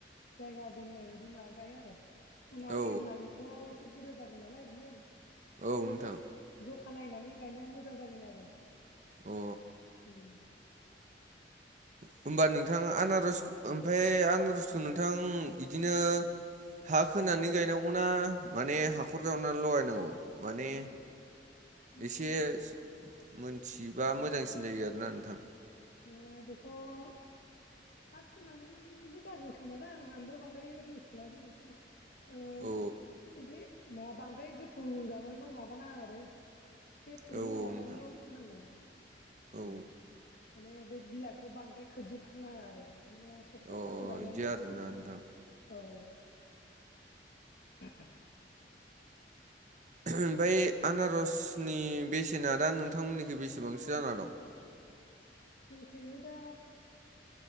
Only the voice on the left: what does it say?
जायगा दोननाय बायदि मा गाय आरो उनाव
एरनानैथ' एसे बुरजा जागोन नालाय बियो
एसे ज' खानायनानै गायनाया मोजां जागोन आरो
उम
माने
ओ बेखौ - हा खोनानैबो जागोन खोमादां आंबो बांद्राय मिथिला जायोथ' बिदिनो
एसे मा बांद्राय गोथौ जावनानैल' माबानाङा आरो एसे थौले
जावनानैल'
होनांगौ।
उम माने बे बिलाइखौ बांद्राय खोबजोबथारनाङा आरो बिदिनो ससे-ससे
जावनानैल'
खोनङो
औ <inaudible>
जोंखैनो दा